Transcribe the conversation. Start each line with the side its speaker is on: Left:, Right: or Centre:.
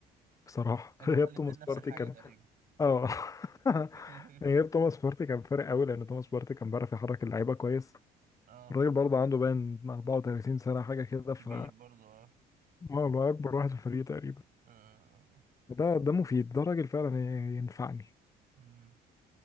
Left: بصراحه
Right: اللي
Left: <laughs> غياب
Right: هما الاتنين
Left: توماس
Right: نفس
Left: بارتي
Right: الحاجة
Left: كان
Right: تقريبا
Left: اه
Right: <laughs>
Left: <laughs> غياب توماس بارتي كان فارق قوي لان توماس بارتي كان بيعرف يحرك اللعيبه كويس
Right: اه
Left: الراجل برضه عنده باين 34 سنه حاجه كده
Right: كبير
Left: ف
Right: برضو اه
Left: هو هو اكبر واحد في الفريق تقريبا
Right: اه
Left: ده ده مفيد ده راجل فعلا ي- ينفعني
Right: امم